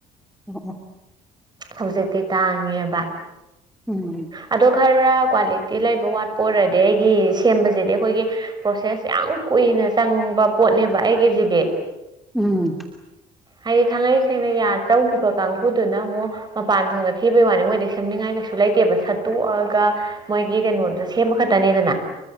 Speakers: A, in the centre; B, on the right.
A: ꯑꯣꯑꯣ
B: ꯍꯧꯖꯤꯛꯇꯤ ꯇꯥꯡꯉꯦꯕ
A: ꯎꯝ
B: ꯑꯗꯣ ꯈꯔ ꯀ꯭ꯋꯥꯂꯤꯇꯤ ꯂꯩꯕ ꯋꯥꯠꯄ ꯑꯣꯏꯔꯗꯤ ꯑꯩꯒꯤ ꯁꯦꯝꯕꯖꯤꯗꯤ ꯑꯩꯈꯣꯏꯒꯤ ꯄ꯭ꯔꯣꯁꯦꯁ ꯌꯥꯝ ꯀꯨꯏꯅ ꯆꯪꯕ ꯄꯣꯠꯅꯦꯕ ꯑꯩꯒꯤꯖꯤꯗꯤ
A: ꯎꯝ
B: ꯍꯥꯏꯗꯤ ꯊꯥꯡꯉꯩ ꯁꯦꯡꯅ ꯌꯥ ꯆꯧꯈꯤꯕ ꯀꯥꯡꯕꯨꯗꯨꯅ ꯑꯃꯨꯛ ꯃꯄꯥꯟ ꯊꯣꯡꯗ ꯊꯤꯕꯩ ꯋꯥꯅꯤ ꯃꯣꯏꯗꯤ ꯁꯦꯝꯅꯤꯡꯉꯥꯏ ꯀꯩꯁꯨ ꯂꯩꯠ ꯇꯦꯕ ꯁꯠꯇꯣꯛꯑꯒ ꯃꯣꯏꯒꯤ ꯀꯩꯅꯣꯗꯣ ꯁꯦꯝꯕ ꯈꯠꯇꯅꯤꯗꯅ